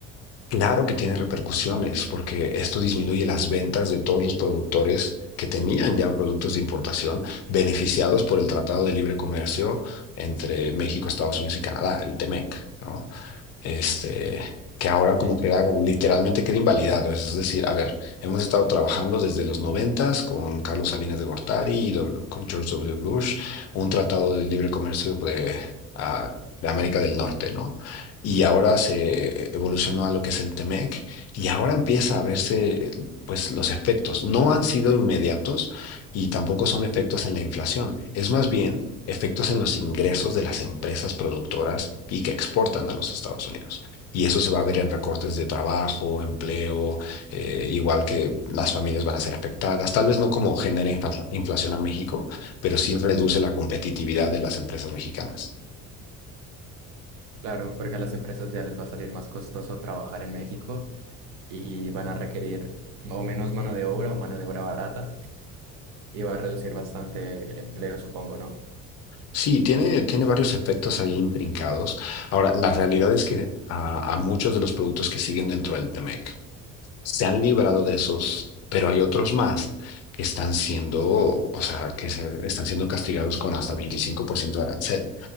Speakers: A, on the left (about 50°); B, on the right (about 80°).
A: Claro que tiene repercusiones, porque esto disminuye las ventas de todos los productores que tenían ya productos de importación beneficiados por el Tratado de Libre Comercio entre México, Estados Unidos y Canadá, el T M E C, ¿no? este, que ahora como
B: Sí,
A: que era literalmente queda invalidado. Es decir, a ver, hemos estado trabajando desde los noventas con Carlos Salinas de Gortari y do- con George W. Bush, un tratado de libre comercio de, ah, de América del Norte, ¿no? Y ahora se evolucionó a lo que es el Temec y ahora empieza a verse eh, pues los efectos. No han sido inmediatos y tampoco son efectos en la inflación. Es más bien efectos en los ingresos de las empresas productoras y que exportan a los Estados Unidos. Y eso se va a ver en recortes de trabajo, empleo, eh, igual que las familias van a ser afectadas, tal vez no como genera infla- inflación a México, pero sí reduce la competitividad de las empresas mexicanas.
B: claro, porque a las empresas ya les va a salir más costoso trabajar en México y van a requerir o menos mano de obra o mano de obra barata y va a reducir bastante el empleo, supongo, ¿no?
A: Sí, tiene, tiene varios efectos ahí intrincados. Ahora, la realidad es que a, a muchos de los productos que siguen dentro del t MEC se han librado de esos, pero hay otros más que están siendo, o sea, que se, están siendo castigados con hasta 25% de arancel.